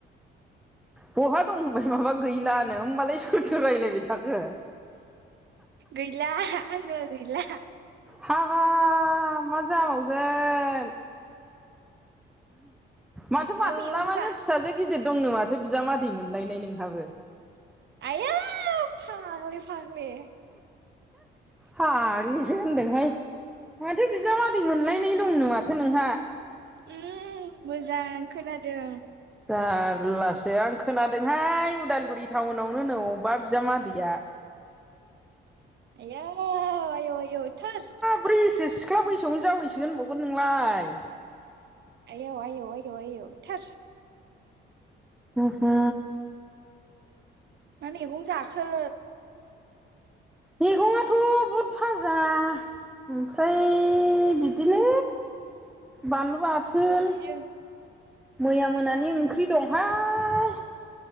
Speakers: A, in the centre; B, on the right.
A: बहा दं होनबाय माबा गैलानो होमबालाय सोरथ रायजलायबाय थाखो
B: गैला आङो गैला
A: हाबा मा जाबावगोन माथो माला
B: मा मैगं
A: मानो
B: जा
A: फिसाजो गिदिर दंनो माथो बिजामादै मोनलायनाय नोंहाबो।
B: आइयौ फाग्लि फाग्लि!
A: फाग्लिसो होनदोंहाय माथो बिजामादै मोनलायनाय दंनो माथो नोंहा।
B: उम मोजां खोनादों।
A: दारलासो आं खोनादोंहाय उदालगुरि टाउनावनो होनो अबेबा बिजामादैया।
B: आयो आयौ आयौ थोरस।
A: प्रायब्रै सिख्ला बैसोआवनो जावैसगोन होनबावगोन नोंलाय?
B: आयौ आयौ आयौ आयौ थोरस।
A: हो हो।
B: मा मेगं जाखो?
A: मैगङाथ' बुद फाजा ओमफ्राय बिदिनो बानलु आथोन
B: बिदिजों
A: मैया
B: ओमफ्राय
A: मोनानि ओंख्रि दंहाय